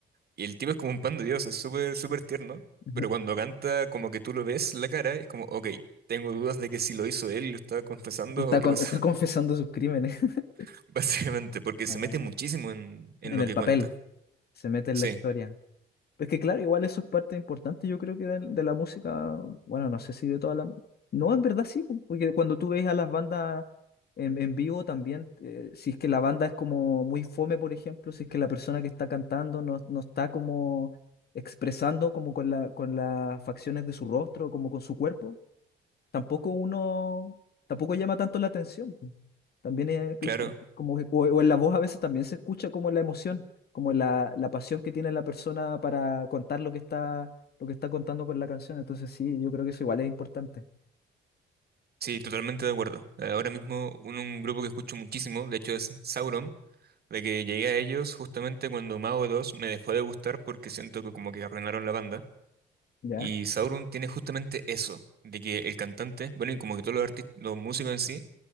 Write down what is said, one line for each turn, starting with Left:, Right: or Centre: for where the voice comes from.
Right: y el tipo es como un pan de Dios, es súper, súper tierno,
Left: <laughs>
Right: pero cuando canta como que tú lo ves la cara, es como, ok, tengo dudas de que si lo hizo él y lo estaba confesando
Left: Y está,
Right: o qué
Left: con-
Right: pasó,
Left: está confesando sus crímenes. <laughs>
Right: <laughs> básicamente, porque
Left: Ah.
Right: se mete muchísimo en, en
Left: en
Right: lo
Left: el
Right: que
Left: papel,
Right: cuenta.
Left: se mete en
Right: Sí,
Left: la historia. Es que claro, igual eso es parte importante, yo creo que del- de, la música, bueno, no sé si de toda la... No, en verdad sí, po, porque cuando tú ves a las bandas en, en vivo también, eh, si es que la banda es como muy fome, por ejemplo, si es que la persona que está cantando no, no está como expresando como con la, con las facciones de su rostro, como con su cuerpo, tampoco uno, tampoco llama tanto la atención. po. También es import-
Right: claro,
Left: como que- o, o en la voz a veces también se escucha como la emoción, como la, la pasión que tiene la persona para contar lo que está, lo que está contando con la canción. Entonces sí, yo creo que eso igual es importante,
Right: sí, totalmente de acuerdo. Ahora mismo un, un grupo que escucho muchísimo, de hecho es Sauron, de que llegué a ellos justamente cuando Mago 2 me dejó de gustar porque siento que como que arruinaron la banda.
Left: ¿ya?
Right: Y Sauron tiene justamente eso, de que el cantante, bueno, y como que todos los artistas, los músicos en sí,